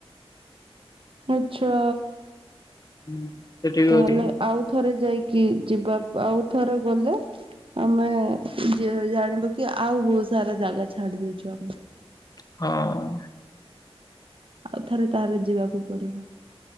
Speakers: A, on the right (about 55°); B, on the left (about 35°).
A: ଆଚ୍ଛା।
B: ହୁଁ ସେଠି
A: ତାହେଲେ
B: ବି ଅଛି।
A: ଆଉ ଥରେ ଯାଇକି ଯିବାକୁ ଆଉ ଥରେ ଗଲେ ଆମେ ଯ ଜାଣିବା କି ଆଉ ବହୁତ ସାରା ଜାଗା ଛାଡି ଦେଇଚୁ ଆମେ।
B: ହଁ।
A: ଆଉ ଥରେ ତାହେଲେ ଯିବାକୁ ପଡିବ।